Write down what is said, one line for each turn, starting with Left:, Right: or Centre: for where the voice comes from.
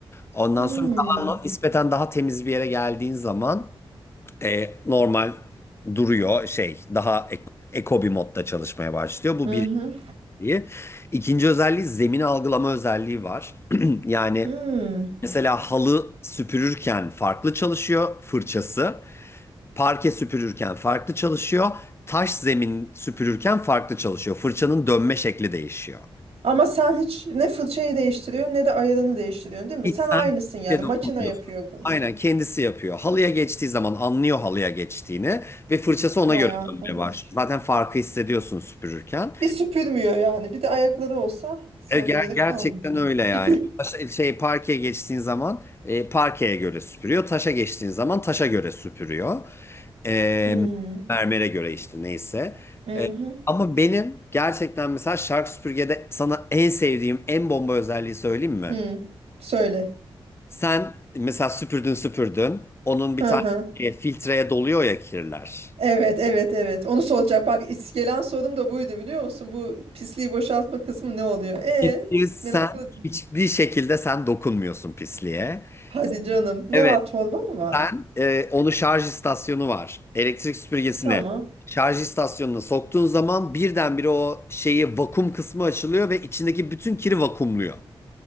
Left: Ondan
Right: Hı hı.
Left: sonra daha, nispeten daha temiz bir yere geldiğin zaman e, normal duruyor şey daha ek- eko bir modda çalışmaya başlıyor. Bu
Right: Hı
Left: bir
Right: hı.
Left: özelliği. İkinci özelliği zemini algılama özelliği var. <clears throat> Yani
Right: Hı.
Left: mesela halı süpürürken farklı çalışıyor fırçası. Parke süpürürken farklı çalışıyor. Taş zemin süpürürken farklı çalışıyor. Fırçanın dönme şekli değişiyor.
Right: Ama sen hiç ne fırçayı değiştiriyorsun ne de ayarını değiştiriyorsun değil mi?
Left: Hiç
Right: Sen aynısın
Left: sen
Right: yani.
Left: hiçe
Right: Makine
Left: dokunmuyorsun.
Right: yapıyor bunu.
Left: Aynen kendisi yapıyor. Halıya geçtiği zaman anlıyor halıya geçtiğini ve fırçası ona
Right: Vay
Left: göre
Right: arkadaş.
Left: dönmeye başlıyor. Zaten farkı hissediyorsun süpürürken.
Right: Bir süpürmüyor yani. Bir de ayakları olsa sana
Left: E, ger-
Right: da gerek
Left: gerçekten
Right: kalmayacak.
Left: öyle yani.
Right: <laughs>
Left: Taşa- şey parkeye geçtiğin zaman e, parkeye göre süpürüyor. Taşa geçtiğin zaman taşa göre süpürüyor. E,
Right: Hmm.
Left: mermere göre işte neyse.
Right: mhm,
Left: E, ama benim gerçekten mesela Shark süpürgede sana en sevdiğim en bomba özelliği söyleyeyim mi?
Right: hmm. Söyle.
Left: Sen mesela süpürdün süpürdün. Onun bir
Right: Hı
Left: tane
Right: hı.
Left: e, filtreye doluyor ya kirler.
Right: Evet, evet, evet. Onu soracak. Bak is- gelen sorum da buydu biliyor musun? Bu pisliği boşaltma kısmı ne oluyor? E,
Left: Pisliği sen
Right: merakla.
Left: hiçbir şekilde sen dokunmuyorsun pisliğe.
Right: Hadi canım. Ne
Left: Evet
Right: var? Torba mı var?
Left: sen e, onu şarj istasyonu var. Elektrik süpürgesine
Right: Tamam.
Left: şarj istasyonuna soktuğun zaman birdenbire o şeyi vakum kısmı açılıyor ve içindeki bütün kiri vakumluyor.